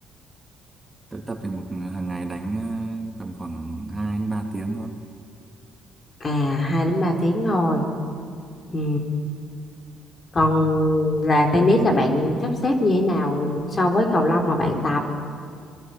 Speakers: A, on the right; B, on the left.
A: tự tập thì một hàng ngày đánh ờ, tầm khoảng 2 đến 3 tiếng thôi
B: à hai đến ba tiếng thôi ừ. còn là tennis là bạn sắp xếp như thế nào so với cầu lông mà bạn tập